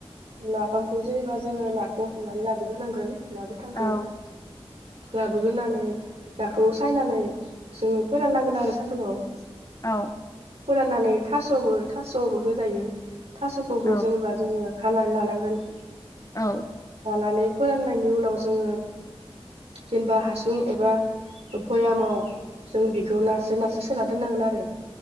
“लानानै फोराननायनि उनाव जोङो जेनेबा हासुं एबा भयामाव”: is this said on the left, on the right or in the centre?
Right